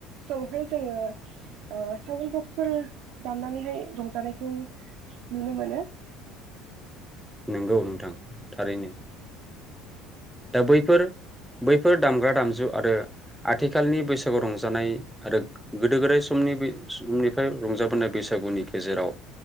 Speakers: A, on the right (about 70°); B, in the centre.
A: समावहाय जोङो ओ सावन् बक्सफोर दामनानैहाय रंजानायखौ नुनो मोनो
B: नंगौ नोंथां थारैनो। दा बैफोर बैफोर दामग्रा दामजु आरो आथिखालनि बैसागु रंजानाय आरो गोदो गोदाय समनि बै समनिफ्राय रंजाबोनाय बैसागुनि गेजेराव